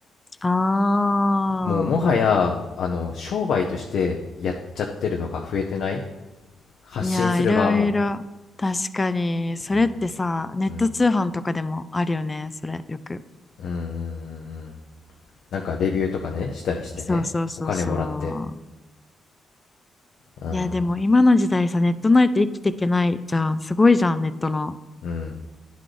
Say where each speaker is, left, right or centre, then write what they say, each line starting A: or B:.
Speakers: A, on the left; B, on the left.
A: あ
B: もうもはやあの商売としてやっちゃってるのが増えてない発信する側も
A: ー、いやー、いろいろ。確かに、それってさ、
B: うん
A: ネット通販とかでもあるよね、
B: うん
A: それ、よく。
B: うんうんうんうんなんかレビューとかねしたりしてねお金もらって
A: そうそうそうそう。
B: うん
A: いや、でも今の時代さ、ネットないと生きていけないじゃん。すごいじゃん、ネットの
B: うん